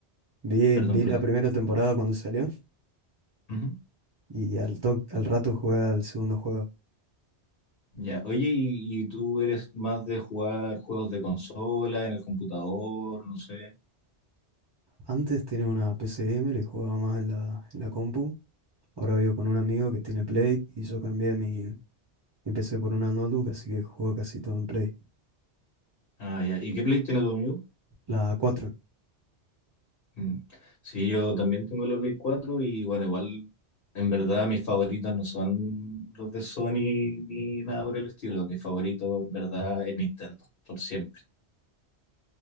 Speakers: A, on the right; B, on the left.
A: vi,
B: Perdón,
A: vi
B: perdón.
A: la primera temporada cuando salió
B: Ujú.
A: y al, to- al rato jugué al segundo juego.
B: Ya, oye, y, y tú eres más de jugar juegos de consola, en el computador, no sé.
A: Antes tenía una P C gamer y jugaba más en la, en la compu. Ahora vivo con un amigo que tiene Play y yo cambié mi, mi PC por una notebook, así que juego casi todo en Play.
B: Ah, ya. ¿Y qué Play tiene tu amigo?
A: La cuatro
B: Mm. Sí, yo también tengo la Play 4 y bueno, igual en verdad mis favoritos no son los de Sony ni nada por el estilo. Mis favoritos en verdad es Nintendo, por siempre.